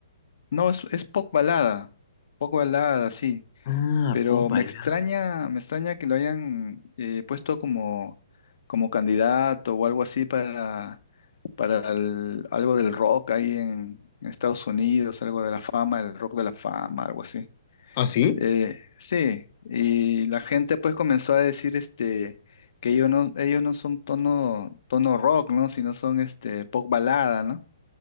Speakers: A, on the left; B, on the left.
A: No, es, es pop balada, pop balada, sí,
B: Ah,
A: pero
B: Popala.
A: me extraña, me extraña que lo hayan eh, puesto como, como candidato o algo así para, para el- algo del rock ahí en, en Estados Unidos, algo de la fama, el rock de la fama, algo así.
B: ¿Ah, sí?
A: Eh, sí, y la gente pues comenzó a decir este que ellos no, ellos no son tono, tono rock, ¿no? Sino son este pop balada, ¿no?